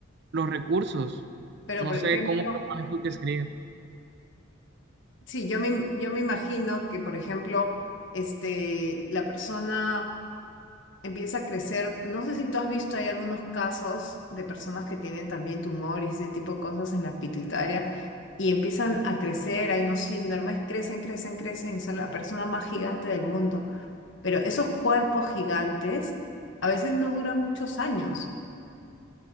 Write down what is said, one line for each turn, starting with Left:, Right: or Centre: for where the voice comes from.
Right: los recursos.
Left: Pero,
Right: No
Left: por
Right: sé
Left: ejemplo,
Right: cómo propones tú que sería.
Left: sí, yo me, yo me imagino que, por ejemplo, este, la persona empieza a crecer. No sé si tú has visto, hay algunos casos de personas que tienen también tumor y ese tipo de cosas en la pituitaria y empiezan a crecer, hay unos síndromes, crecen, crecen, crecen, son la persona más gigante del mundo. Pero esos cuerpos gigantes a veces no duran muchos años,